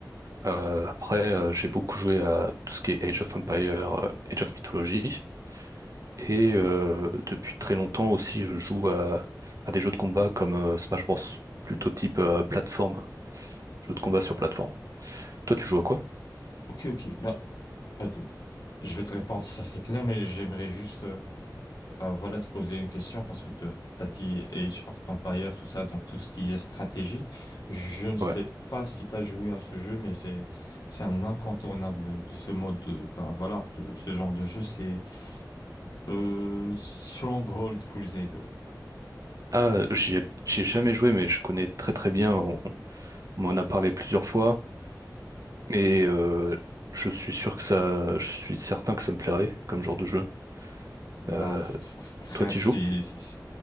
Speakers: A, on the right; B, on the left.
A: Euh, après, euh, j'ai beaucoup joué à tout ce qui est Age of Empire, euh, Age of Mythology. Et euh, depuis très longtemps aussi, je joue à, à des jeux de combat comme euh, Smash Bros. Plutôt type euh, plateforme, jeu de combat sur plateforme. Toi, tu joues à quoi?
B: Ok, ok. Bah, bah, t- je vais te répondre, si ça c'est clair, mais j'aimerais juste. euh, Bah voilà, te poser une question parce que tu as dit Age of Empire, tout ça, donc tout ce qui est stratégie. Je ne sais
A: Ouais.
B: pas si tu as joué à ce jeu, mais c'est c'est un incontournable de ce mode de, bah voilà, de ce genre de jeu, c'est euh, Stronghold Crusader.
A: Ah, j'y ai, j'y ai jamais joué, mais je connais très très bien. On, on m'en a parlé plusieurs fois. Et euh, je suis sûr que ça, je suis certain que ça me plairait comme genre de jeu.
B: Bah,
A: Euh,
B: f- f- frère,
A: toi, t'y
B: c'est,
A: joues?
B: c'est- c'est-